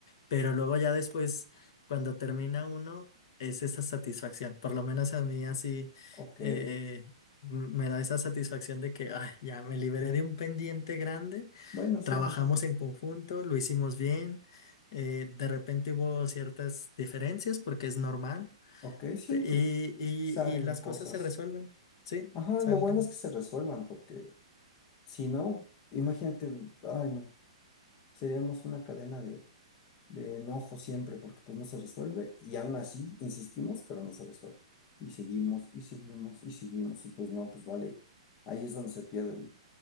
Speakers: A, on the left; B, on the left.
A: Pero luego ya después, cuando termina uno, es esa satisfacción. Por lo menos a mí así
B: Ok.
A: eh, m- me da esa satisfacción de que ay, ya me liberé de un pendiente grande,
B: Bueno, sí,
A: trabajamos
B: eso sí.
A: en conjunto, lo hicimos bien, eh, de repente hubo ciertas diferencias porque es normal
B: Ok, sí,
A: pe-
B: pues
A: y, y,
B: salen
A: y las
B: cosas.
A: cosas se resuelven, ¿sí?
B: Ajá,
A: Salen.
B: lo bueno es que se resuelvan, porque si no, imagínate, ay no, seríamos una cadena de, de enojo siempre, porque pues no se resuelve, y aún así insistimos, pero no se resuelve. Y seguimos, y seguimos, y seguimos, y pues no, pues vale. Ahí es donde se pierde el,